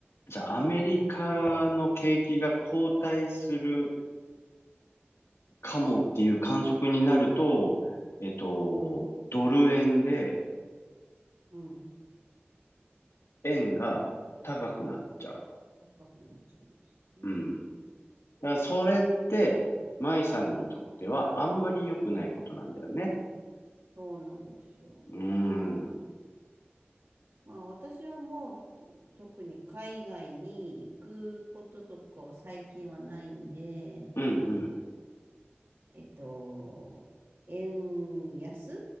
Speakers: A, on the left; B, on the right.
A: じゃあアメリカの景気が後退する
B: うん、
A: かもっていう観測になると、えっと、
B: うん、
A: ドル円で
B: うん。
A: 円が高くなっちゃう。
B: 高くなっちゃうんですね。
A: うん。だからそれって、舞さんにとってはあんまり良くないことなんだよね。
B: そうなんですよ。
A: うん。う
B: まあ私はもう特に海外に行くこととかは最近はないんで、
A: んうん。
B: えっと、円安